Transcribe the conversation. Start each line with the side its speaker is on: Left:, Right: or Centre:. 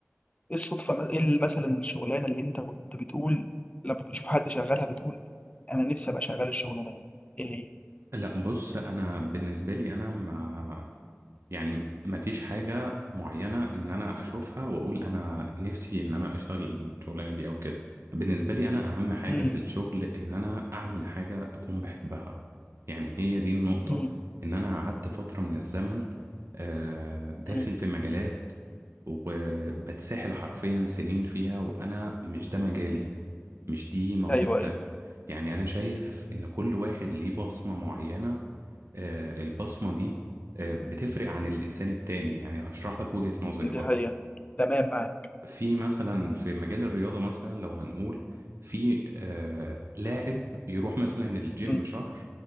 Left: ايه الصدفه ايه ال- مثلا الشغلانه اللي انت كنت بتقول لما بتشوف حد شغالها بتقول انا نفسي ابقى شغال الشغلانه دي ايه هي
Right: لا بص انا بالنسبة لي انا يعني مفيش حاجة معينة إن أنا أشوفها وأقول أنا نفسي إن أنا أشتغل الشغلانة دي أو كده بالنسبة لي أنا أهم حاجة
Left: مم.
Right: في الشغل إن أنا أعمل حاجة أكون بحبها يعني هي دي النقطة
Left: مم.
Right: إن أنا قعدت فترة من الزمن آه، داخل
Left: مم.
Right: في مجالات وبتسحل حرفيا سنين فيها وأنا مش ده مجالي مش دي موهبتك
Left: ايوه ايوه
Right: يعني أنا شايف إن كل واحد ليه بصمة معينة آه، البصمة دي آه، بتفرق عن الإنسان التاني يعني هشرح لك وجهة نظري برضو
Left: دي حقيقة تمام معاك
Right: في مثلا في مجال الرياضة مثلا لو هنقول في آه لاعب يروح مثلا الجيم
Left: مم.
Right: شهر